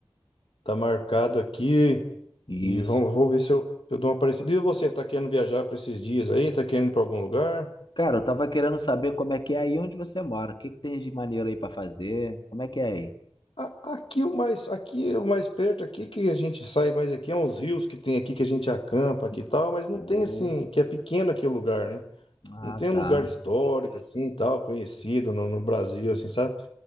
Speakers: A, on the left; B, on the left.
A: tá marcado aqui
B: Isso.
A: e vamos, vou ver se eu, se eu dou uma parecida. E você, tá querendo viajar para esses dias aí? Tá querendo ir para algum lugar?
B: Cara, eu tava querendo saber como é que é aí onde você mora. O que que tem de maneiro aí pra fazer? Como é que é aí?
A: A- Aqui o mais, aqui o mais perto aqui que a gente sai mais aqui é uns rios que tem aqui que a gente acampa aqui e tal, mas não
B: Oh,
A: tem assim, que é pequeno aqui o lugar, né?
B: ah,
A: Não tem
B: tá.
A: um lugar histórico assim, e tal, conhecido no, no Brasil assim, sabe?